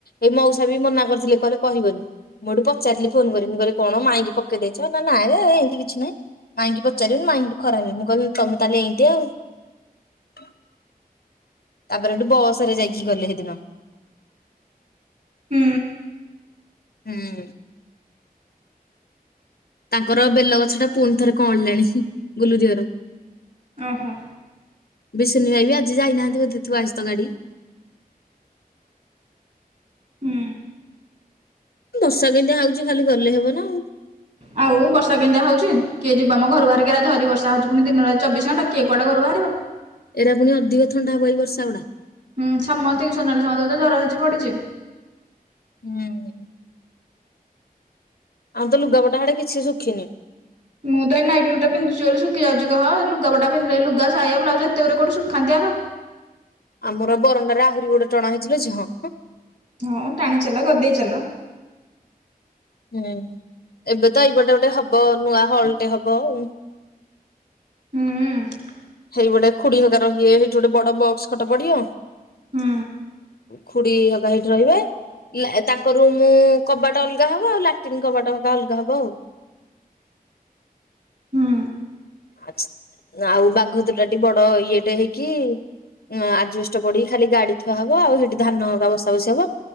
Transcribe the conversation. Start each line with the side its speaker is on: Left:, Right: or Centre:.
Left: ଏଇ ମଉସା ବି ମନା କରିଥିଲେ କହିଲେ କହିବନି। ମୁଁ ହେଠୁ ପଚାରଥିଲି ଫୋନ କରିକି ମୁଁ କହିଲି କଣ ମାଇଁକି ପକେଇ ଦେଇଛ ନାଁ ନାଏ ଏ ଏମିତି କିଛି ନାଇଁ! ମାଇଙ୍କି ପଚାରିବନି ମାଇଁ ସେଠୁ ଖାରବ ଭାବିବେ ମୁଁ କହିଲି ତମେ ତାହେଲେ ଏମତି ଆଉ! ହଁ! ତାପରେ ହେଠୁ! ବସ୍ ରେ ଯାଇକି ଗଲେ ହେଦିନ!
Right: ହୁଁ!
Left: ହୁଁ! ତାଙ୍କର ବେଲଗଛ ଟା! ପୁଣି ଥରେ କଅଁଳିଲାଣି ବୁଲୁରିି ଘର!
Right: ଓହୋ!
Left: ବିଶିନି ଭାଇ ବି ଆଜି ଯାଇନାହାନ୍ତି ବୋଧେ? ଥୁଆ ହେଇଚି ତ ଗାଡି!
Right: ହୁଁ!
Left: ବର୍ଷା କେମିତିଆ ହଉଛି ଖାଲି ଗଲେ ହବ ନା? ଆଉ
Right: ଆଉ ବର୍ଷା କେମିତିଆ ହଉଛି! କିଏ ଯିବ ମ ଘରୁ ବାହାରିକି! ଏଇ ଝରି ବର୍ଷା ହଉଛି! ପୁଣି ଦିନ ରାତି ଚବିଶି ଘଣ୍ଟା କିଏ କୁଆଡେ ଘରୁ ବାହାରିବ!
Left: ଏରା ପୁଣି ଅଧିକ ଥଣ୍ଡା ହବ ଏଇ ବର୍ଷା ଗୁଡା!
Right: ହୁଁ ସମସ୍ତଙ୍କି ସୋନାଲି ସାମନ୍ତକୁ ତ ଜର ହେଇଛି ପଡିଚି!
Left: ହୁଁ! ଆଉ ତ! ଲୁଗାପଟ ହାଡେ କିଛି ଶୁଖିନି!
Right: ମୁଁ ତ ଏ ନାଇଟ୍ ଗୋଟେ ପନ୍ଧିଛି ବୋଲି ଶୁଖି ଯାଉଛି କହ ଏ ଲୁଗା ପଟା ପିନ୍ଧିଲେ ଏ ଲୁଗା, ସାୟା, ବ୍ଲାଉଜ ଏତେ ଗୁଡାଏ କୋଉଠି ଶୁଖାନ୍ତି ଆଗ!
Left: ଆମର ବରଣ୍ଡାରେ ଆହୁରି ଗୋଟେ ଟଣା ହେଇଚି ଲୋ ଝିଅ ହଁ!
Right: ହଁ! ଟାଣି ଚାଲ ଗଦେଇ ଚାଲ!
Left: ହୁଁ! ଏବେ ତ ଏଇପଟେ ଗୋଟେ ହବ ନୂଆ ହଲଟେ ହବ ଆଉ!
Right: ହୁଁ ହୁଁ
Left: ହେଇ ପଟେ ଖୁଡି ହେରିକା ରହିବେ ହେଥି ଗୋଟେ ବଡ଼ ବକ୍ସ ଖଟ ପଡିବ?
Right: ହୁଁ।
Left: ଖୁଡି ହେରିକା ଅଥି ରହିବେ? ତାଙ୍କ ରୁମ୍ କବାଟ ଅଲଗା ହବ! ଆଉ ଲାଟିନ୍ କବାଟା ଅଲଗା ହବ ଆଉ।
Right: ହୁଁ
Left: ଆ ଆଉ ବାଘଦୁର ଟା ଟ ବଡ ଇଏ ଟେ ହେଇକି। ଆଜ ବେଷ୍ଟ ପଡିକି ଖାଲି ଗାଡି ଥୁଆ ହବ ଆଉ ସେଇଠି ଧାନ ହେରିକା ବସା ବୁସି ହବ।